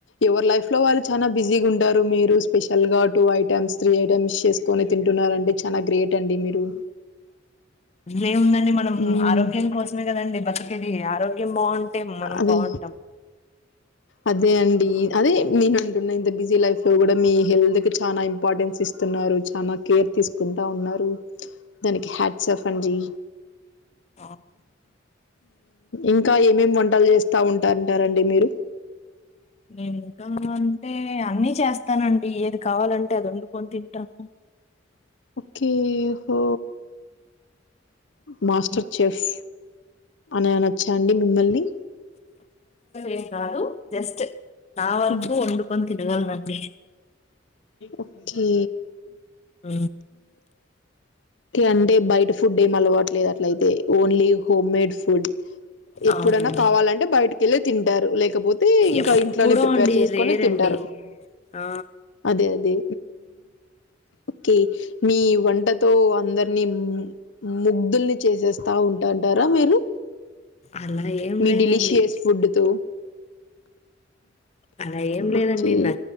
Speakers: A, on the left (about 75°); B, on the left (about 35°).
A: ఎవరు లైఫ్ లో వాళ్ళు చాలా బిజీగా ఉంటారు మీరు స్పెషల్ గా టూ ఐటెమ్స్ త్రీ ఐటెమ్స్ చేసుకుొని తింటున్నారుంటడి చాలా గ్రేట్ అండి మీరు
B: ఇే ఉందడి మనం
A: మ్మ్
B: ఆరోగ్యం కోసం మే కదండి బతుకేడి ఆరోగ్యం బాగుంటే మనం
A: అదే
B: బాగుంటాం
A: అదే అండి అదే నేను అంటున్న ఇంత బిజీ లైఫ్ లో కూడా మీ హెల్త్ కి చాలాం ఇంపార్టెన్స్ ఇస్తున్నారు చాలా కేర్ తీసు ంటా ఉన్నారు దానికి హ్యాట్ఫ్న్జీ
B: అవును.
A: ఇంకా ఏమేమి వంట వంటలు చేస్తా ఉంటారంటారండి మీరు
B: నేను ఇంకా అంటే అన్నిీ చేస్తానండి ఏది కావాలంటే వండుకొనినతింటాను
A: కేహో మాస్టర్
B: ఉమ్.
A: చెెఫ్ అనిని వచ్చా అండి మిమ్మల్ని
B: ఏం కాదు జస్ట్ నా వరకు
A: మ్మ్
B: వండుకొని తిినగలనులను వి
A: ఓకే
B: ఆ
A: అంటే బయట ఫుడ్ ఏం అలవట్లేదు అట్లయితే ఓన్లీ హోమ్ మేడ్ ఫుడ్ ఎప్పుడైనా
B: అవునండి
A: కావాలంటే బయటికి వెళ్ళి తింటారు లేకపోతే ఇంకా
B: ఎప్పుడో
A: ఇంట్లోనే ప్రిపేర్
B: అండి
A: చేసుకుొని
B: రేరండి
A: తింటారు
B: ఆ
A: అదే అదే ఓకే మీ వంటతో అందరినీ ముగ్ధుల్ని చేసేస్తా ఉంటాంటారా మీరు
B: అలా ఏం
A: మీ
B: లేదండి
A: డెలీషియస్ ఫుడ్ త
B: అలా ఏం లేదండి
A: ఓకే
B: నా